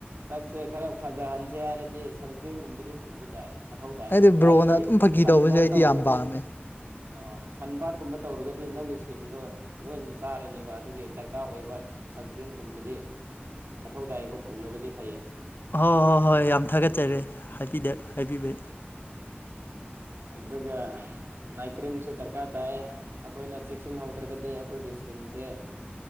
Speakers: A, on the right (about 70°); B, on the left (about 60°).
A: ꯁꯛꯁꯦ ꯈꯔ ꯐꯖꯍꯟꯁꯦ ꯍꯥꯏꯔꯗꯤ ꯁꯟꯁꯀ꯭ꯔꯤꯟꯒꯨꯝꯕꯗꯤ ꯄꯨꯕ ꯇꯥꯏ ꯃꯊꯧ ꯇꯥꯏ
B: ꯑꯩꯗꯤ ꯕ꯭ꯔꯣꯅ
A: ꯍꯥꯏꯗꯤ
B: ꯑꯗꯨꯝ ꯐꯥꯒꯤ
A: ꯁꯟ
B: ꯇꯧꯕꯁꯦ
A: ꯕꯥꯠ
B: ꯑꯩꯗꯤ
A: ꯇꯧꯔꯒꯗꯤ
B: ꯌꯥꯝ ꯄꯥꯝꯃꯦ
A: ꯑꯣ ꯁꯟꯕꯥꯠꯀꯨꯝꯕ ꯇꯧꯔꯒꯗꯤ ꯅꯪꯒꯤ ꯏꯁꯀꯤꯟꯗꯨꯣ ꯂꯣꯏꯅ ꯆꯥꯔꯅꯦꯕ ꯑꯗꯨꯒꯤ ꯗꯔꯀꯥ ꯗꯔꯀꯥꯔ ꯑꯣꯏꯕ ꯁꯟꯁꯀ꯭ꯔꯤꯟꯒꯨꯝꯕꯗꯤ ꯃꯊꯧ ꯇꯥꯏꯀꯣ ꯄꯨꯅꯕꯗꯤ ꯐꯩ
B: ꯍꯣꯏ ꯍꯣꯏ ꯍꯣꯏ ꯌꯥꯝ ꯊꯥꯒꯠꯆꯔꯤꯦ ꯍꯥꯏꯕ
A: ꯑꯗꯨꯒ ꯅꯥꯏꯀ꯭ꯔꯦꯟꯁꯨ ꯗꯔꯀꯥꯔ ꯇꯥꯏ ꯑꯩꯈꯣꯏꯅ ꯆꯦꯛꯁꯤꯟꯍꯧꯗ꯭ꯔꯒꯗꯤ ꯑꯩꯈꯣꯏꯒꯤ ꯀꯖꯦ